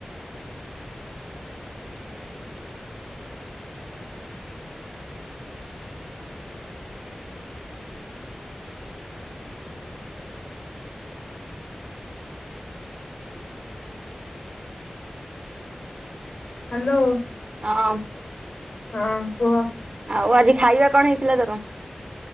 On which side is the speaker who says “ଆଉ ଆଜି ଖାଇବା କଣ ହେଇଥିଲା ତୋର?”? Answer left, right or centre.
Right